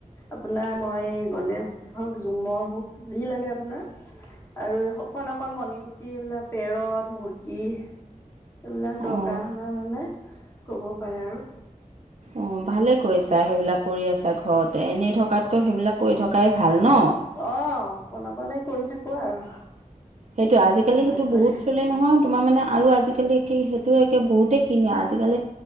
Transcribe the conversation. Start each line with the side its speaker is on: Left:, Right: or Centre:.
Left: আপোনাৰ মই গণেশ হওক, ঝুমৰ হওক যি লাগে আপোনাৰ আৰু এই অকণ অক মণিগুটি এইবিলাক পেৰদ, মুৰ্গী এইবিলাক দৰকাৰ
Right: অঁ
Left: এ ক'ব পাৰে আৰু।
Right: অ ভালে কৰিছা সেইবিলাক। কৰি আছা ঘৰতে এনেই থকাতকৈ সেইবিলাক কৰি থকাই ভাল ন
Left: অ, অকণ অকণেই কৰি থাকো আৰু।
Right: সেইটোৱে, আজিকালি সেইটো
Left: নাই
Right: বহুত
Left: কৰে
Right: চলে নহয়? তোমাৰমানে আৰু আজিকালি কি সেইটোৱে একে বহুতেই কিনে, আজিকালি